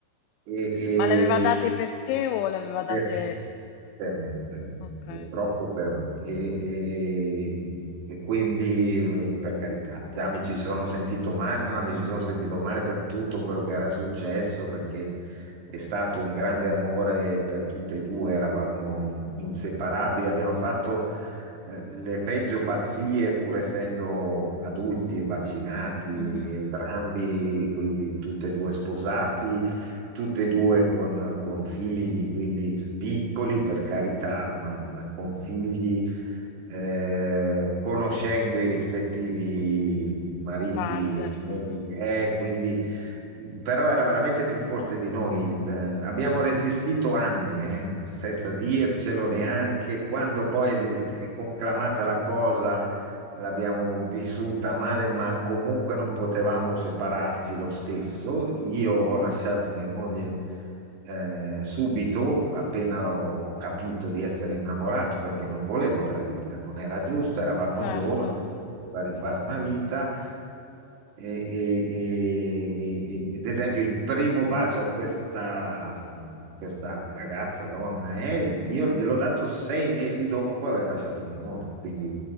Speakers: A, on the right; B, on the left.
A: E,
B: Ma le aveva date per te o le aveva date...
A: per me, per me, per me,
B: Ok.
A: purtroppo per me. E, e- e quindi, eh, per carità, già mi ci sono sentito male, ma mi ci sono sentito male per tutto quello che era successo, perché è stato un grande amore per tutte e due, eravamo in- inseparabili, abbiamo fatto eh, le peggio pazzie, pur essendo adulti e vaccinati
B: Mhm.
A: entrambi, quindi tutte e due sposati, tutte e due con, con figli, quindi piccoli per carità, ma, ma con figli, eh, conoscendo i rispettivi mariti
B: Partner.
A: e mogli,
B: mhm.
A: eh, quindi però era veramente più forte di noi. D- Abbiamo resistito anni, eh, senza dircelo neanche. Quando poi è, di- è conclamata la cosa, l'abbiamo vissuta male, ma comunque non potevamo separarci lo stesso. Io ho lasciato mia moglie eh, subito, appena ho, ho capito di essere innamorato, perché non volevo tradirla, non era giusto, eravamo
B: Certo.
A: giovani, poteva rifare una vita. E, e- e- e- ed esempio, il primo bacio a questa, questa ragazza, donna, eh, io gliel'ho dato sei mesi dopo aver lasciato mia moglie, quindi